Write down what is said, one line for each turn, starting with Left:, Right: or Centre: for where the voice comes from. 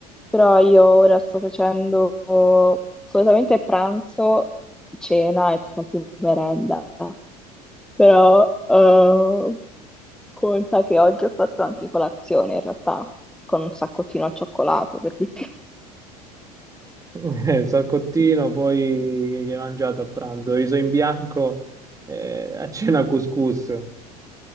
Centre: Però io ora sto facendo solitamente pranzo, cena e tutta più merenda. Però eh, conta che oggi ho fatto anche colazione, in realtà, con un saccottino al cioccolato, per di più.
Right: <laughs> Eh, Salcottino, poi che hai mangiato a pranzo? Riso in bianco, eh, a cena couscous.